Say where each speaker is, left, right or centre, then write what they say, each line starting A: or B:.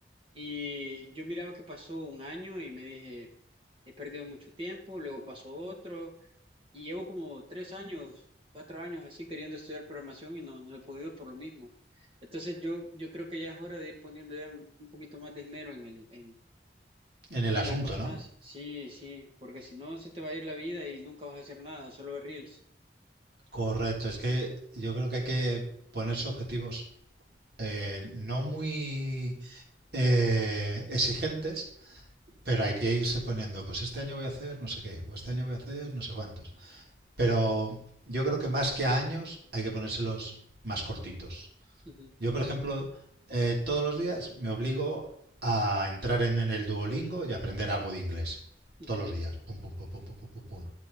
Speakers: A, on the right; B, on the right.
A: y yo miraba que pasó un año y me dije, he perdido mucho tiempo, luego pasó otro. Y llevo como tres años, cuatro años así queriendo estudiar programación y no, no he podido por lo mismo. Entonces yo, yo creo que ya es hora de ir poniendo ya un poquito más de esmero en el, en,
B: En el
A: en
B: asunto,
A: la constancia.
B: ¿no?
A: Sí, sí, porque si no se te va a ir la vida y nunca vas a hacer nada, solo ver reels.
B: Correcto, es que yo creo que hay que ponerse objetivos eh, no muy eh, exigentes, pero hay que irse poniendo, pues este año voy a hacer no sé qué, o este año voy a hacer no sé cuántos. Pero yo creo que más que a años hay que ponérselos más cortitos.
A: Ujú,
B: Yo, por ejemplo, eh, todos los días me obligo a entrar en, en el Duolingo y aprender algo de inglés.
A: ujú.
B: Todos los días. Pum, pum, pum, pum, pum, pum, pum, pum.